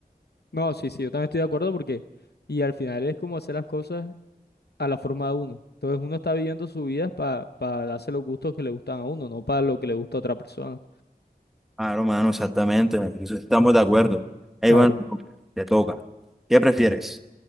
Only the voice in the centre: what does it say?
Ah, hermano, exactamente. en eso Estamos de acuerdo. Ey,
bueno, te toca. ¿Qué prefieres?